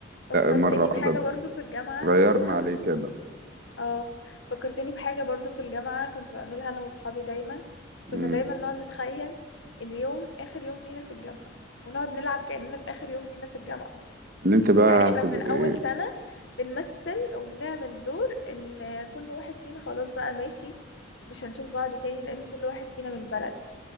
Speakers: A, on the left; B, on the right.
A: فكرتني
B: لا مرة
A: بحاجة
B: واحدة
A: برضو في الجامعة
B: اتغيرنا
A: كنت مع
B: عليه كده
A: اه فكرتني بحاجة برضو في الجامعة كنت بعملها انا واصحابي دايما
B: مم.
A: كنا دايما نقعد نتخيل اليوم اخر يوم لينا في الجامعة ونقعد نلعب كأننا في اخر يوم لينا في الجامعة
B: ان انت بقى
A: يعني احنا
B: هتبقى
A: من اول
B: إيه؟
A: سنة بنمثل وبنعمل دور ان كل واحد فينا خلاص بقى ماشي ومش هنشوف بعض تاني لان كل واحد فينا من بلد